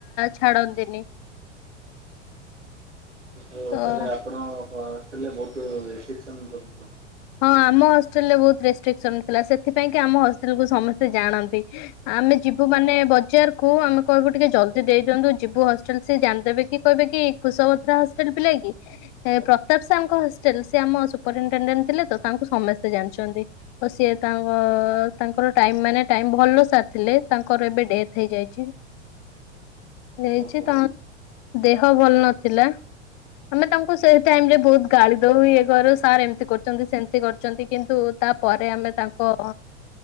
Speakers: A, on the left (about 40°); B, on the right (about 90°).
A: ଛାଡନ୍ତିନି।
B: -ତା
A: ତ
B: ହେଲେ ଆପଣ ହଷ୍ଟେଲ- ବହୁତୁ ରେଷ୍ଟ୍ରିକସନ୍‌
A: ହଁ! ଆମ ହଷ୍ଟେଲ ରେ ବହୁତ୍ ରେଷ୍ଟ୍ରିକସନ୍‌ ଥିଲା, ସେଥିପାଇଁ କି ଆମ ହଷ୍ଟେଲ କୁ ସମସ୍ତେ ଜାଣନ୍ତି। ଆମେ ଯିବୁ ମାନେ ବଜାର୍ କୁୁ ଆମେ କହିବୁ ଟିକେ ଜଲଦି ଦେଇ ଦିଅନ୍ତୁ। ଯିବୁ ହଷ୍ଟେଲ, ସିଏ ଜାଣିଦେବେ କି କହିବେ କି କୁଶଭତ୍ରା ହଷ୍ଟେଲ୍ ପିଲା କି? ପ୍ରତାପ୍ ସାର୍ ଙ୍କ ହଷ୍ଟେଲ୍। ସେ ଆମ ସୁପରିଟେଣ୍ଡେ ଥିଲେ ତ, ତାଙ୍କୁ ସମସ୍ତେ ଜାଣିଚନ୍ତି। ଓ ସିଏ ତାଙ୍କ--ତାଙ୍କର ଟାଇମ୍ ମାନେ ଟାଇମ୍। ଭଲ ସାର୍ ଥିଲେ, ତାଙ୍କର ଏବେ ଡ଼େଥ୍ ହେଇଯାଇଚି। ହେଇଛି,
B: ଓହୋ ଓହୋ।
A: ଦେହ ଭଲ୍ ନଥିଲା। ଆମେ ତାଙ୍କୁ ସେ ଟାଇମ୍ ରେ ବହୁତ୍ ଗାଳି ଦଉ, ଇଏ କରୁ ସାର୍ ଏମିତି କରୁଚନ୍ତି। ସେମ୍ତି କରୁଚନ୍ତି, କିନ୍ତୁ ତାପରେ ଆମେ ତାଙ୍କ